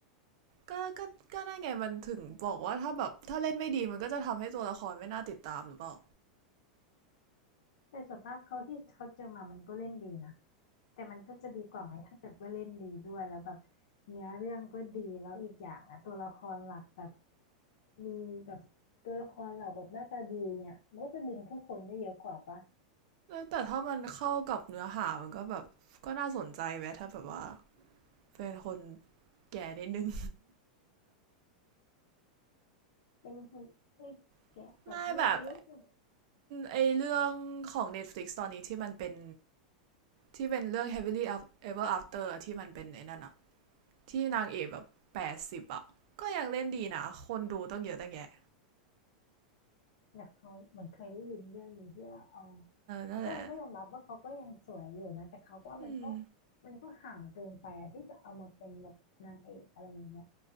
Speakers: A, on the right; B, on the left.
A: ก็ก็ก็นั่นไงมันถึงบอกว่าถ้าแบบถ้าเล่นไม่ดีมันก็จะทำให้ตัวละครไม่น่าติดตามหรือเปล่า
B: แต่ส่วนมากเขาที่เขาเจอมามันก็เล่นดีนะแต่มันก็จะดีกว่าไหมถ้าเกิดว่าเล่นดีด้วยแล้วแบบเนื้อเรื่องก็ดีแล้วอีกอย่างนะตัวละครหลักแบบมีแบบตัวละครหลักแบบหน้าตาดีเนี่ยมันก็จะดึงผู้คนได้เยอะกว่าปะ
A: แต่ถ้ามันเข้ากับเนื้อหามันก็แบบก็น่าสนใจไหมถ้าแบบว่าเป็นคนแก่นิดนึง
B: เป็นคนไอ้แกะแบบมีอายุหน่อย
A: <laughs> ไม่แบบไอเรื่องของ Netflix ตอนนี้ที่มันเป็น ที่เป็นเรื่อง heavily ever after อที่มันเป็นไอ้นั่นอะที่นางเอกแบบแปดสิบอะก็ยังเล่นดีนะคนดูต้องเยอะตั้งแยะ
B: แต่เขาเหมือนเคยได้ยินเรื่องนี้ที่ว่าเอา
A: นั่นแหละ
B: ก็ก็ยอมรับว่าเขาก็ยังสวยอยู่นะแต่เขาก็ว่ามันก็
A: อืม
B: มันก็ห่างเกินไปอะที่จะเอามาเป็นแบบนางเอกอะไรอย่างเงี้ย